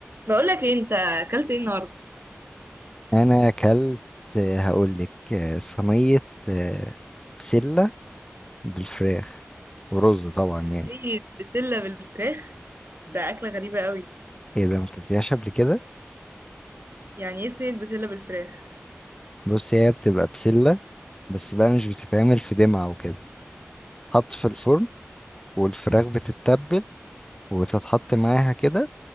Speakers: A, on the right (about 55°); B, on the left (about 15°).
A: بقولك ايه انت اكلت ايه النهارده
B: انا اكلت هقول لك صينيه آه، بسله بالفراخ ورز طبعا
A: صينيه
B: يعني
A: بسله بالفراخ ده اكله غريبه قوي
B: ايه ده ما اكلتهاش قبل كده
A: يعني ايه صينيه بسله بالفراخ
B: بص هي بتبقى بسله بس بقى مش بتتعمل في دمعه وكده تتحط في الفرن والفراخ بتتبل وتتحط معاها كده